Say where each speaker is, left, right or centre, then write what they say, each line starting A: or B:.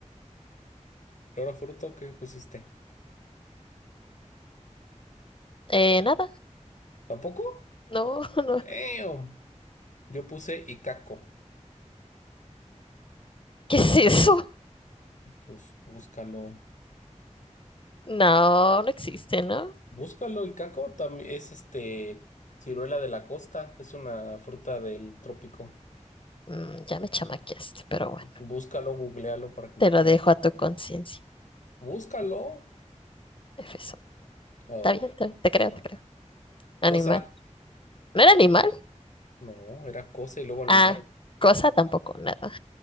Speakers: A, on the left; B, on the left.
A: roro fruto, ¿qué pusiste?
B: Eh, nada,
A: ¿Tampoco?
B: no, <laughs> no.
A: Damn. Yo puse Icaco.
B: ¿Qué es eso?
A: Pues búscalo.
B: No, no existe, ¿no?
A: Búscalo, Icaco. También es este ciruela de la costa. Es una fruta del trópico.
B: Mm, ya me chamaqueaste, pero bueno,
A: Búscalo, googlealo para que
B: te
A: me
B: lo
A: creas.
B: dejo a tu conciencia.
A: Búscalo.
B: Efeso.
A: Oh,
B: Está bien, está bien, te creo,
A: bueno.
B: te creo. Animal.
A: Cosa.
B: ¿No era animal?
A: No, era cosa y luego animal.
B: Ah, cosa tampoco, nada.